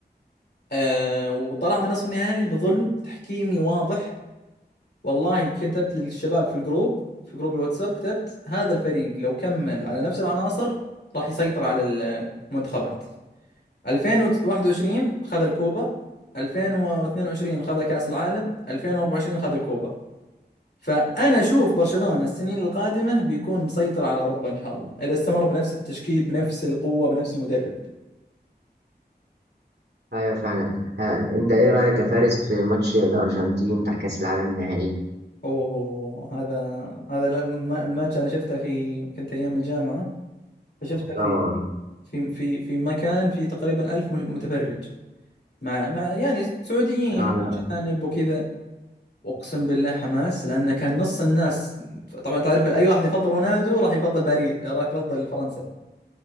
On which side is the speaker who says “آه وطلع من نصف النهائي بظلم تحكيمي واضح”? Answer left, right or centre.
Left